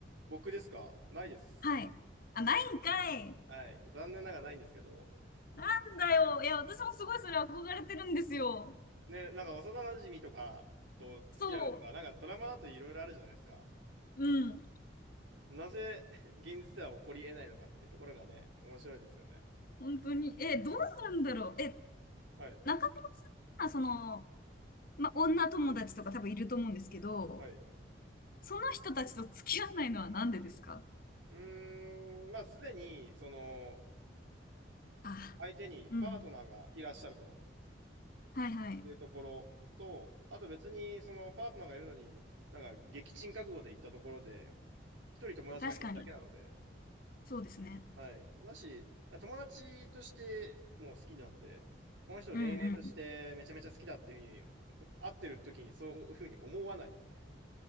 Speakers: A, on the right; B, on the left.
A: 僕ですかないです。
B: はい。あ、ないんかい。
A: はい。残念ながらないんですけど。
B: なんだよ。いや、私もすごいそれ憧れてるんですよ。
A: はいね、なんか幼馴染とかと付き合うとか、
B: そ
A: なんかドラマだといろいろあるじゃないですか。
B: う。うん。
A: なぜ現実では起こり得ないのかっていうところがね、面白いですよね。
B: 本当に。え、どうなんだろう。え、
A: はい。
B: 中村さんは、その、ま、女友達とか多分いると思うんですけど、
A: はい。
B: その人たちと付き合わないのはなんでですか
A: うーん、まあ、すでに、その、
B: あ、
A: 相手にパートナーがいらっしゃると
B: うん。はいはい。
A: いうところと、あと別に、その、パートナーがいるのに、なんか、撃沈覚悟で行ったところで、一人友達が減るだけなので、
B: 確かに。そうですね。
A: はい。だし、友達としてもう好きなんで、この人恋愛としてめちゃめちゃ好きだっていうふうに、
B: うん
A: <laughs> 会ってる時にそういうふうに思わないので、